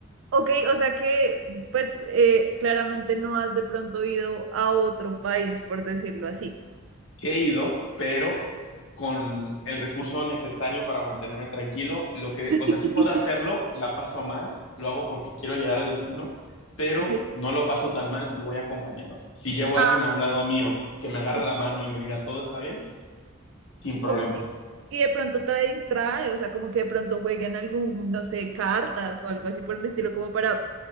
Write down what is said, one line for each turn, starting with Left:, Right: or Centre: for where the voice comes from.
Right: Ok, o sea que pues eh, claramente no has de pronto ido a otro país, por decirlo así.
Left: Sí he ido, pero con el recurso necesario para mantenerme tranquilo, lo que,
Right: <laughs>
Left: o sea, sí puedo hacerlo, la paso mal, lo hago porque quiero llegar al destino, pero
Right: Sí.
Left: no lo paso tan mal si voy acompañado. Si llevo
Right: Ah,
Left: a alguien a un lado mío que me agarra
Right: o-
Left: la mano y me diga todo está bien, sin problema.
Right: ok. Y de pronto trae, trae, o sea, como que de pronto jueguen algún, no sé, cartas o algo así por el estilo, como para,